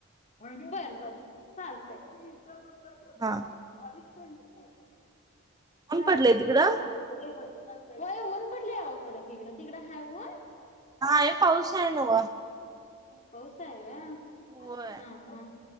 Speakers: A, on the left; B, on the right.
A: बर बर चालतय <unintelligible> करत नाही
B: हा
A: का आधीच सांगितल. <inaudible>
B: ऊन
A: काय
B: पडलंय
A: ते? <unintelligible>
B: तिकडं
A: होय ऊन पडलंय अहो कडक इकडं तिकडं हाय ऊन?
B: आहे पाऊस हाय नव्ह.
A: पाऊस हाय व्हय हम्
B: होय
A: हम्.